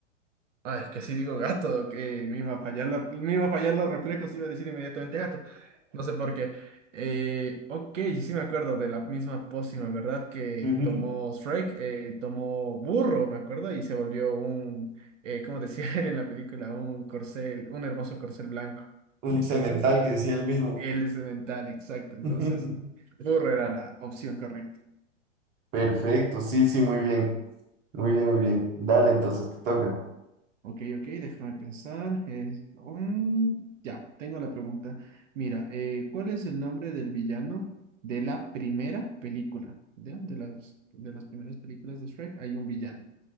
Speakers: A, on the right (about 70°); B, on the right (about 25°).
A: Ay, que si digo gato, que me iba a fallar, lo- me iba a fallar los reflejos, iba a decir inmediatamente gato. No sé por qué. Eh, ok, sí me acuerdo de la misma pócima, ¿verdad? Que
B: Ujú.
A: tomó Shrek, eh, tomó burro, me acuerdo, y se volvió un, eh, como decía <laughs> él en la película, un corcel, un hermoso corcel blanco.
B: un
A: Entonces,
B: semental que decía él mismo.
A: él es mental, exacto. Entonces,
B: <laughs>
A: burro era la opción correcta.
B: Perfecto, sí, sí, muy bien, muy bien, muy bien. Dale, entonces te toca.
A: Ok, ok, déjame pensar. eh, mm, ya, tengo la pregunta. Mira, eh, ¿cuál es el nombre del villano de la primera película? ¿Ya? De las, de las primeras películas de Shrek hay un villano.